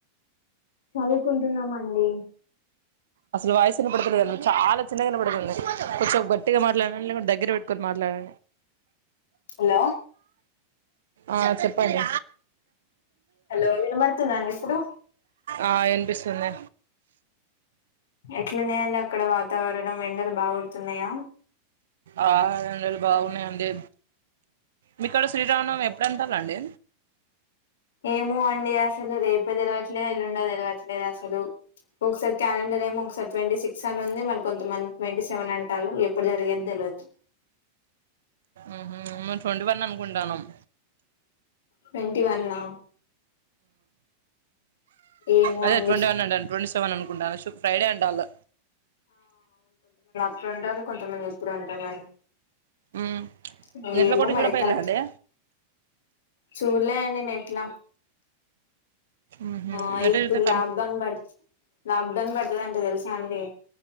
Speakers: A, on the left; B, on the right.
A: చదువుకుంటున్నామండి
B: అసలు వాయసు ఇనపడుతలేదు చాలా చిన్నగా ఇనపడుతుంది కొంచెం గట్టిగా మాట్లాదండి లేకపోతే దగ్గర పెట్టుకొని మాట్లా అ
A: హలో
B: ఆ చెప్పండి
A: హలో ఇనబడుతుందా అండి ఇప్పుడు
B: ఆ ఇనిపిస్తుంది
A: ఎట్లున్నాయి అండి అక్కడ వాతావరణం ఎండలు బాగోడుతున్నాయా
B: ఆ ఎండలు బాగున్నాయి అండి మీకాడ శ్రీరామనవమి ఎప్పుడంటాలండి
A: ఏమో అండి అసలు రేపో తెలవట్లేదు ఎల్లుండో తెలవట్లేదు అసలు ఒకసారి క్యాలెండర్ ఏమో ఒకసారి ట్వంటీ సిక్స్ అని ఉంది మరి కొంత మంది ట్వంటీ సెవెన్ అంటారు ఎప్పుడు జరిగేది తె అ
B: ఆహ మేం ట్వంటీ వన్ అనుకుంటానమ్
A: ట్వంటి వన్ ఆ ఏమో
B: అదే
A: అండి
B: ట్వంటీ వన్ అంటన్న ట్వంటీ సెవెన్ అనుకుంటా శు ఫ్రైడే అంటలు
A: అట్లాటలు కొంతమంది ఇట్ల అంటాలు
B: ఊమ్
A: మరీ
B: నెట్లో
A: ఏమో
B: కూడా
A: మరి
B: చూడపోయిలా
A: కరెక్ట్
B: అండి
A: చూలే నేట్లా
B: ఊహు
A: ఆ
B: నెట్లో
A: ఇప్పుడు
B: చూతే కను
A: లాక్డౌన్ పడు లాక్డౌన్ పడుతదట తెలుసా అండి